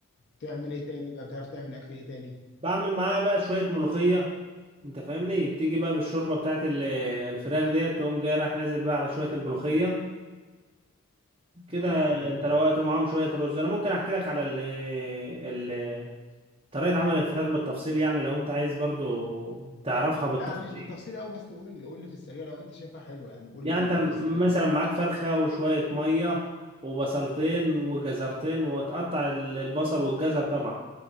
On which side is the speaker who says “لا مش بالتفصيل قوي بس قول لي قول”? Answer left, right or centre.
Left